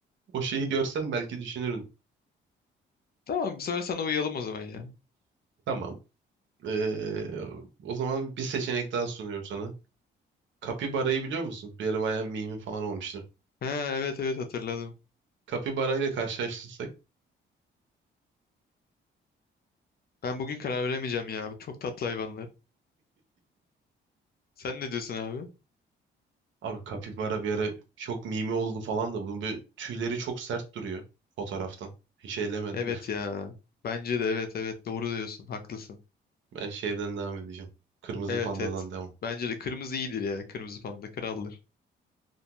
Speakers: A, on the right (about 70°); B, on the left (about 50°).
A: o şeyi görsen belki düşünürün.
B: Tamam bir sefer sana uyalım o zaman ya.
A: Tamam. Ee, o zaman bir seçenek daha sunuyorum sana. Kapibara'yı biliyor musun? Bir ara bayağı mimi falan olmuştu.
B: Ha, evet evet hatırladım.
A: Kapibara ile karşılaştırsak.
B: Ben bugün karar veremeyeceğim ya. Bu çok tatlı hayvanlar. Sen ne diyorsun abi?
A: Abi kapibara bir ara çok mimi oldu falan da bunun böyle tüyleri çok sert duruyor fotoğraftan. Hiç eylemedim
B: Evet
A: de. <laughs>
B: ya. Bence de evet evet doğru diyorsun. Haklısın.
A: Ben şeyden devam edeceğim. Kırmızı
B: Evet
A: pandadan
B: evet.
A: devam.
B: Bence de kırmızı iyidir ya. Kırmızı panda kraldır.